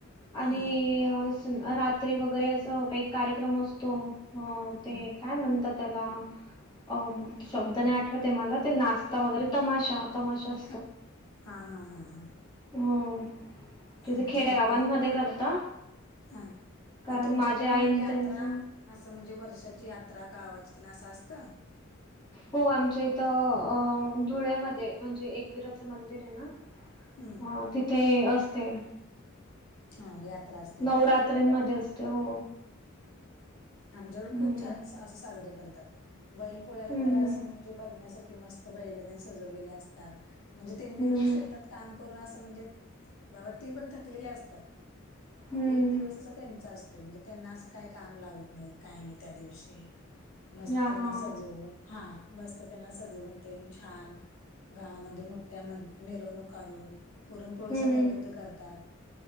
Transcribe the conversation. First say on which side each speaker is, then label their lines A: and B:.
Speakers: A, on the left; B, on the left.
A: आणि
B: हा
A: अं स रात्री वगैरे असं काही कार्यक्रम असतो, हं अ ते
B: हा
A: काय म्हणतात? त्याला अ शब्द नाही आठवत ते मला ते नाचता वगैरे तमाशा, तमाशा स
B: हं, हा, हा, हा, हा
A: हम्म, तिथे
B: आमच्या
A: खेड्या
B: इकडे
A: गावांमध्ये करता,
B: हा
A: कारण
B: अ तुमच्या
A: माझ्या
B: इकडे
A: आईनं
B: मग यात्रा
A: त्यांच
B: असं म्हणजे वर्षाची यात्रा गावाची ना असं असतं.
A: हो आमच्या इथं अ धुळ्यामध्ये म्हणजे एकवीराचं मंदिर आहे ना.
B: हम्म
A: हो तिथे असते.
B: हा यात्रा असते
A: नवरात्रीन
B: का
A: मध्ये असते हो.
B: आमच्याकडं
A: हम्म
B: खूप छान सा आसं साजरे करतात. बैल पोळ्याला
A: हम्म
B: तर असं
A: हम्म
B: म्हणजे बघण्यासारखे मस् स्त बैल त्या सजवलेले आसतात म्हणजे तेंनी
A: हम्म
B: रोज
A: हम्म
B: शेतात काम करून आसं म्हणजे बाबा ती पण थकलेली आसतात. मग
A: हम्म
B: एक दिवस असं त्यांचा असतोय, म्हणजे त्यांना असं काही काम लावत नाहीत काय नाई त्या दिवशी. मस्त
A: हा
B: त्यांना
A: हा
B: सजवून हा मस्त त्यांना सजवून ते छान गावामध्ये मोट त्याम मिरवणूक काढून, पुरणपोळीचा
A: हम्म
B: नैवेद्य
A: हम्म
B: करतात.